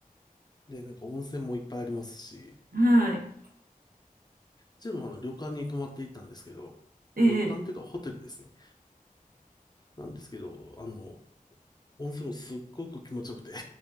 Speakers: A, on the left (about 25°); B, on the right (about 75°).
A: で、なんか温泉もいっぱいありますし、う
B: はい。
A: ちもあの旅館に泊まっていったんですけど、
B: ええ。
A: 旅館というかホテルですね。なんですけど、あの、温泉もすっごく気持ちよくて